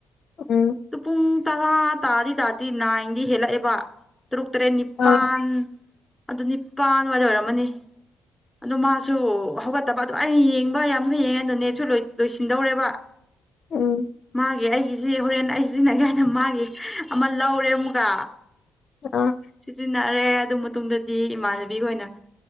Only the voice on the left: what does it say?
ꯎꯝ
ꯑꯥ
ꯎꯝ
ꯑꯥ